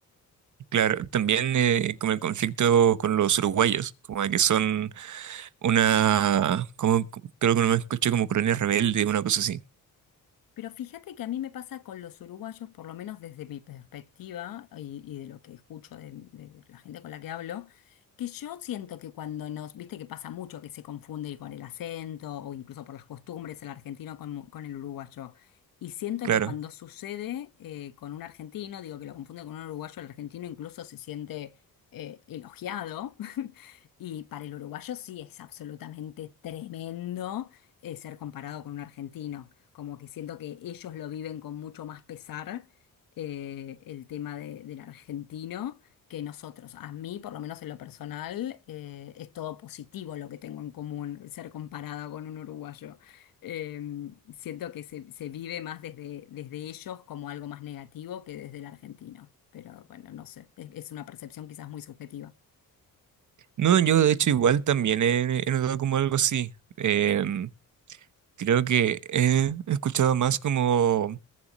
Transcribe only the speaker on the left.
Pero fíjate que a mí me pasa con los uruguayos, por lo menos desde mi perspectiva y, y de lo que escucho de, de la gente con la que hablo, que yo siento que cuando nos, viste que pasa mucho que se confunde con el acento o incluso por las costumbres el argentino con, con el uruguayo. Y siento
que cuando sucede eh, con un argentino, digo que lo confunde con un uruguayo, el argentino incluso se siente eh, elogiado. <laughs> Y para el uruguayo sí es absolutamente tremendo eh, ser comparado con un argentino como que siento que ellos lo viven con mucho más pesar eh, el tema de- del argentino que nosotros. A mí, por lo menos en lo personal, eh, es todo positivo lo que tengo en común, ser comparada con un uruguayo. Eh, siento que se, se vive más desde, desde ellos como algo más negativo que desde el argentino. Pero bueno, no sé, es, es una percepción quizás muy subjetiva.